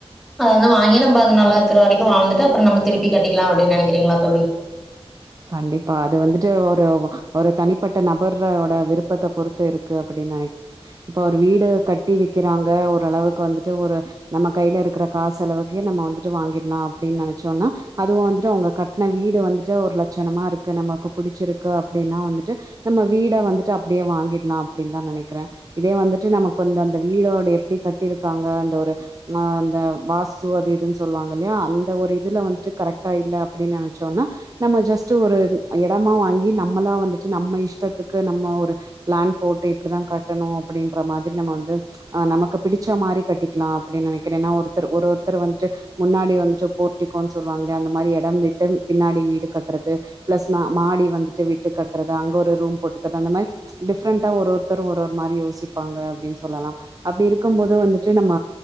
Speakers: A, in the centre; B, on the right (about 35°).
A: அத வந்து வாங்கி நம்ம அது நல்லா இருக்குற வரைக்கு வாழ்ந்துட்டு அப்றோ நம்ம திருப்பி கட்டிக்லா அப்டின் நெனக்கிறீங்ளா தோழி
B: கண்டிப்பா அது வந்துட்டு ஒரு ஒரு தனிப்பட்ட நபர் ஓட விருப்பத்த பொறுத் து இருக்கு அப்டின் நெனைக் இப்ப ஒரு வீடு கட்டி விக்கிறாங்க ஓரளவுக்கு வந்துட்டு ஒரு நம்ம கைல இருக்கிற காசு அளவுக்கே நம்ம வந்துட்டு வாங்கிட்லா அப்டின் நெனச்சோன்னா அதுவு வந்துட்டு அவுங்க கட்ன வீடு வந்துட்டு ஒரு லட்சணமா இருக்கு நமக்கு புடுச்சுருக்கு அப்டின்னா வந்துட்டு நம்ம வீட வந்துட்டு அப்டியே வாங்கிட்லா அப்டின் தா நெனக்கிறே இதே வந்துட்டு நமக்கு வந்த அந்த வீடோட எப்டி கட்டியிருக்காங்க அந்த ஒரு அ அந்த வாஸ்து அது இதுன் சொல்வாங்க இல்லயா அந்த ஒரு இதுல வந்துட்டு கரெக்டா இல்ல அப்டின் நெனச்சோன்னா நம்ம ஜஸ்ட் ஒரு எடமா வாங்கி நம்மளா வந்துட்டு நம்ம இஷ்டத்துக்கு நம்ம ஒரு ப்ளன் போட்டு இப்டிதா கட்டணு அப்டின்ற மாதிரி நம்ம வந்து ஆ நமக்கு பிடிச்ச மாரி கட்டிக்லா அப்டின் நெனக்கிறே ஏனா ஒருத்தர் ஒரு ஒருத்தர் வந்துட்டு முன்னாடி வந்துட்டு போட்டிக்கோன் சொல்லுவாங்கல்யா அந்த மாரி எடம் விட்டு பின்னாடி வீடு கட் றது பிளஸ் மா மாடி வந்துட்டு விட்டு கட்றது அங்க ஒரு ரூம் போட்டுக்கது அந்த மாரி டிஃப்ரெண்டா ஒரு ஒருத்தர் ஒரு ஒரு மாரி யோசிப்பாங்க அப்டின் சொல்லலாம் அப்டி இருக்கும் போது வந்துட்டு நம்ம